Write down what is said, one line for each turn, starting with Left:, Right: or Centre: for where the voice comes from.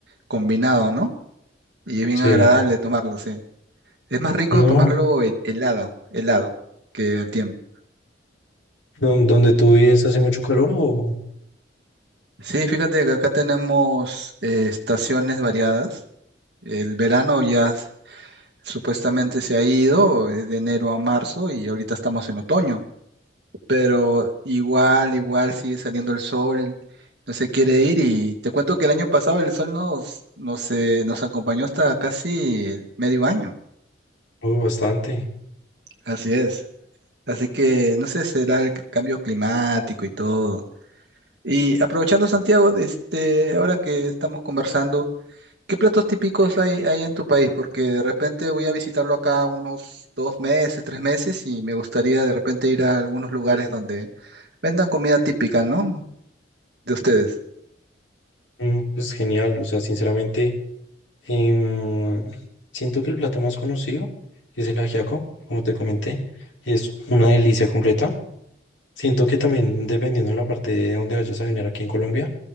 Right: combinado, ¿no? Y es bien
Left: Sí.
Right: agradable tomarlo, sí. Es más rico
Left: No,
Right: tomarlo he- helado, helado, que al tiempo.
Left: ¿dó- ¿donde tú vives hace mucho calor o,
Right: Sí, fíjate que acá tenemos eh, estaciones variadas. El verano ya s- supuestamente se ha ido, es de enero a marzo y ahorita estamos en otoño. pero igual, igual sigue saliendo el sol, no se quiere ir y te cuento que el año pasado el sol nos, nos, eh, nos acompañó hasta casi medio año,
Left: o bastante?
Right: así es. Así que no sé, será el cambio climático y todo. Y aprovechando Santiago, de este, ahora que estamos conversando, ¿qué platos típicos hay, hay en tu país? Porque de repente voy a visitarlo acá unos dos meses, tres meses y me gustaría de repente ir a algunos lugares donde vendan comida típica, ¿no? de ustedes.
Left: Mm, Pues genial. O sea, sinceramente, em, siento que el plato más conocido es el ajiaco, como te comenté. Es una delicia completa. Siento que también dependiendo de la parte de donde vayas a venir aquí en Colombia,